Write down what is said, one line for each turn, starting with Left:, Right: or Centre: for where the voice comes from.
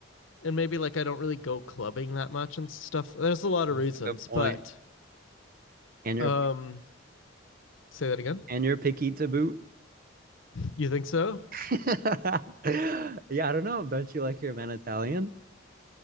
Left: And maybe like I don't really go clubbing that much and stuff. There's a lot of
Right: That's
Left: reasons,
Right: a good point.
Left: but
Right: And you're
Left: um, say that again.
Right: and you're picky to boot.
Left: You think so?
Right: <laughs> Yeah, I don't know. Don't you like your man Italian?